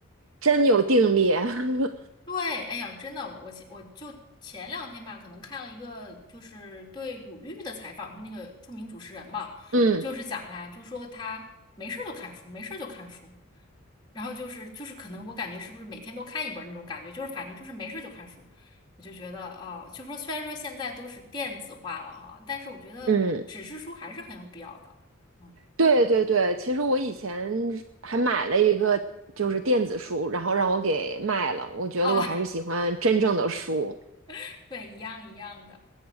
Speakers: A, on the right; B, on the left.
A: 真有定力。<laughs>
B: 对，哎呀，真的，我前我就前两天吧，可能看了一个就是对鲁豫的采访，就那个著名主持人嘛，
A: 嗯
B: 就是讲他，就说他没事儿就看书，没事儿就看书，然后就是就是可能我感觉是不是每天都看一本儿那种感觉，就是反正就是没事儿就看书，我就觉得哦，就说虽然说现在都是电子化了哈，但是我觉得纸质书还是很有必要的。
A: 嗯，
B: 嗯，
A: 对对对，其实我以前还买了一个就是电子书，然后让我给卖了。我觉得我还是喜欢真正的书。
B: 哦，<laughs> 对，一样一样的。